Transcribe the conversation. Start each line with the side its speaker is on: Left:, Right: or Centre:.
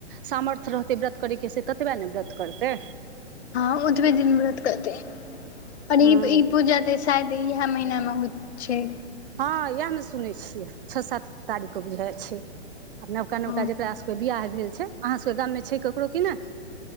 Right: सामर्थ्य रहतै व्रत करैके से ततबे ने व्रत करतै
Left: ओत बे दिन व्रत करते और
Right: हँ
Left: ई ई पूजा त शायद इहे महीना मे महत्व छैय।
Right: हँ इयेह में सुनै छियै छ सात तारीख के बुझाइयै छैय। आ नवका नवका
Left: हँ
Right: जकरा सभके बियाह भेल छैय अहाँ सभके गाम मे छैय ककरो की नइ?